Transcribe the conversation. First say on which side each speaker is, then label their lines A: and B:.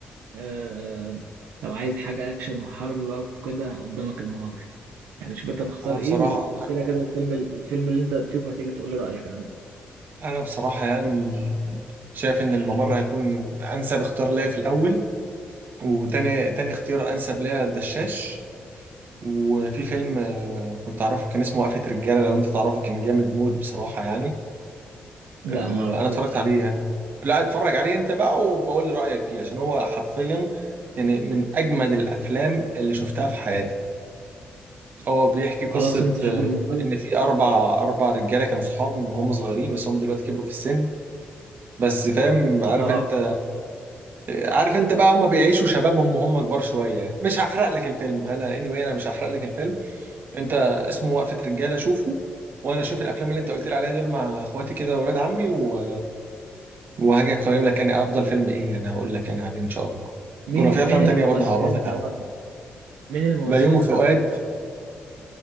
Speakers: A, on the right; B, on the right.
A: آه، آه، لو عايز حاجة أكشن وحرب بقى وكده قدامك الممر يعني شوف أنت تختار
B: انا بصراحه
A: إيه و- وكده كده الفيلم الفيلم اللي أنت تشوفه هتيجي تقول لي رأيك عنه
B: انا بصراحه يعني شايف ان الممر هيكون انسب اختيار ليا في الاول وتاني تاني اختيار انسب ليا الدشاش وفي فيلم آه، كنت اعرفه كان اسمه وقفه رجاله لو انت تعرفه كان جامد موت بصراحه يعني
A: لا
B: آه،
A: معرفوش
B: انا اتفرجت عليه يعني لا اتفرج عليه انت بقى وبقول لي رايك فيه عشان هو حرفيا يعني من اجمد الافلام اللي شفتها في حياتي هو بيحكي قصه
A: خلاص أنت شوف
B: آه،
A: الممر
B: ان في اربع اربع رجاله كانوا صحاب من هم صغيرين بس هم دلوقتي كبروا في السن بس فاهم عارف
A: اه
B: انت عارف انت بقى هم بيعيشوا شبابهم وهم كبار شويه يعني مش هحرق لك الفيلم انا anyway انا مش هحرق لك الفيلم انت اسمه وقفه رجاله شوفه وانا اشوف الافلام اللي انت قلت لي عليها دول مع اخواتي كده واولاد عمي و... وهاجي اقيم لك يعني افضل فيلم ايه يعني هقول لك يعني عليه ان شاء الله
A: مين
B: ولو في افلام
A: مين الممثلين
B: تانية برضه هعرفك
A: بتاع
B: عليها
A: وقف مين الممثلين
B: بيومي فؤاد
A: بتاع وقفة ال-